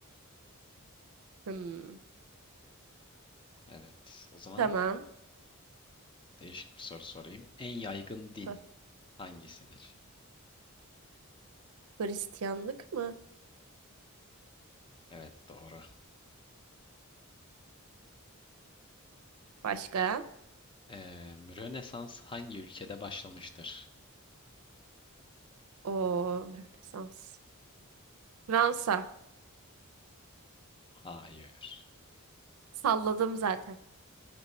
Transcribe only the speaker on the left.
Evet o zaman
değişik bir soru sorayım. En yaygın din
hangisidir?
Evet doğru.
Ee, Rönesans hangi ülkede başlamıştır?
Hayır.